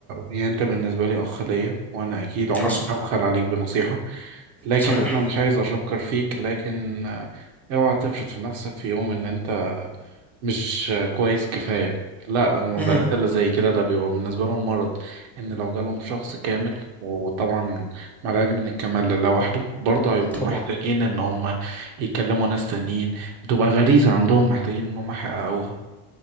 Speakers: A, on the right; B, in the centre.
A: يعني انت بالنسبة لي اخ ليا وانا اكيد عمري
B: حصل
A: ما هبخل عليك بنصيحة لكن
B: صحيح
A: انا مش عايز اشكر فيك لكن آه، اوعى تفرط في نفسك في يوم ان انت مش كويس كفاية لا هم
B: مهم.
A: البنات اللي زي كده ده بيبقى بالنسبة لهم مرض ان لو جالهم شخص كامل وطبعا مع العلم ان الكمال لوحده برضه هيبقوا
B: طبعا
A: محتاجين ان هم يكلموا ناس تانيين بتبقى غريزة عندهم محتاجين ان هم يحققوها